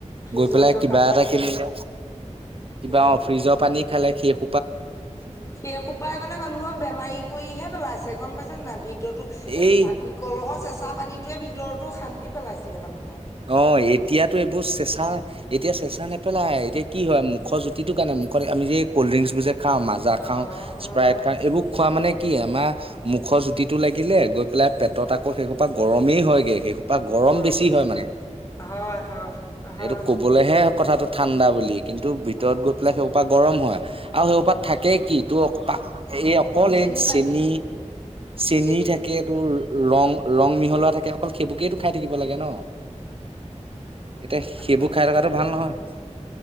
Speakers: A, on the left; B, on the right.
A: ফ্ৰিজত
B: গৈ পেলাই
A: থকা
B: কিবা
A: পানী
B: এটা কিনিলে কিবা
A: সেইটোৱে
B: অফ্ৰিজৰ পানী খালে সেইো-
A: সিসোপাই মানে মানুহক বেমাৰী কৰিহে পেলাইছে। গম পাইছ নাই ভিতৰতো সেই
B: এই
A: মাটি- কলহৰ চেচা পানীটোৱে ভিতৰতো শান্তি পেলাইছিলে মানুহ।
B: অ'এতিয়াতো এইবোৰ চেঁচা এতিয়া চেঁচা, নেপেলাই এতিয়া কি হয়। ম মুখৰ জুতিটো কাৰণে মোক কৰে আমি যে। কল্ড ড্ৰিংকছ বোৰ যে খাওঁ মাজা
A: অ',
B: খাওঁ স্প্ৰাইট
A: অ',
B: খাওঁ এইবোৰ খোৱা মানে কি আমাৰ। মুখৰ জুতিতটো লাগিলে গৈ পেলাই পেটত আকৌ শেইশো পৰাা গৰমেই হয়গে শেই। খোপা গৰম
A: গৰমে
B: বেছি হয় মানে।
A: হয় হয় হয়।
B: এইটো কবলেহে কথাটো ঠাণ্ডা বুলি কিন্তু ভিতৰত
A: অ',
B: গৈ পেলাই সেপাক। গৰম হয় আৰু সেইপাত থাকেই কি তোৰ। এই অকল
A: চেনি
B: এই
A: পানী
B: চেনী চেনী
A: চেনি
B: থাকে। ৰং ৰং মিহলোৱা থাকে অকল সেইবৌকেই খাই থাকিব লাগে ন <unintelligible> এতিয়া
A: পানী
B: সেইবোৰ
A: বাদে
B: খাই থকাতটো ভাল নহয়।